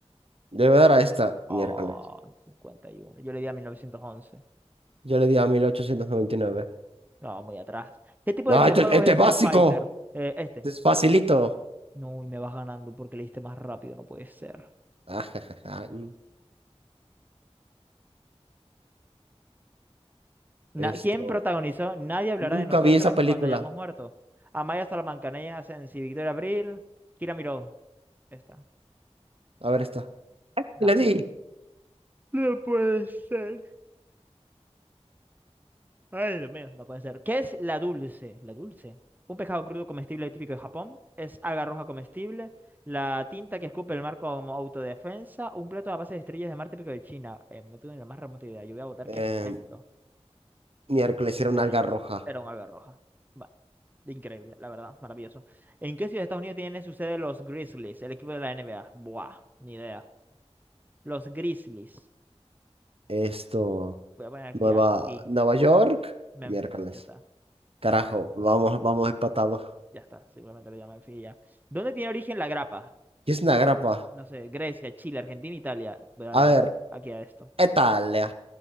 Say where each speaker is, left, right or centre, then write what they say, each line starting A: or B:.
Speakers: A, on the right; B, on the right.
A: Le voy a dar a esta
B: Oh,
A: miércoles.
B: 51. Yo le di a 1911.
A: Yo le di a mil ochocientos noventa y nueve
B: No, muy atrás. ¿Qué tipo
A: Ah,
B: de videojuegos
A: este, este
B: es
A: es
B: Street
A: básico.
B: Fighter? Eh, este.
A: Este es facilito. <laughs>
B: No, y me vas ganando porque le diste más rápido, no puede ser.
A: Ah, ja, ja, ja. mm,
B: Na-
A: Esto,
B: ¿Quién protagonizó? Nadie hablará
A: nunca
B: de nosotras
A: vi esa película.
B: cuando hayamos muerto. Amaya Salamancaneas, Sensi, Victoria Abril, Kira Miró. Esta.
A: A ver esta.
B: No.
A: Y Le di.
B: No puede ser. Ay, Dios mío, no puede ser. ¿Qué es la dulce? La dulce. Un pescado crudo comestible típico de Japón. Es alga roja comestible. La tinta que escupe el mar como autodefensa. Un plato a base de estrellas de mar típico de China. Eh, no tengo ni la más remota idea. Yo voy a votar
A: Eh,
B: que es esto.
A: miércoles era una
B: Rayos.
A: alga roja.
B: Era un alga roja. Va, Increíble, la verdad. Maravilloso. ¿En qué ciudad de Estados Unidos tiene su sede los Grizzlies? El equipo de la NBA. Buah, ni idea. Los Grizzlies.
A: Esto,
B: Voy a poner
A: Nueva,
B: que aquí.
A: Nueva York,
B: Memphis,
A: miércoles.
B: ya está.
A: Carajo, vamos, vamos empatados.
B: Ya está, seguramente lo llaman fin y ya. ¿Dónde tiene origen la grapa?
A: ¿Qué es una grapa?
B: No sé, Grecia, Chile, Argentina, Italia. Voy a darle
A: A ver,
B: a- aquí a esto.
A: Italia.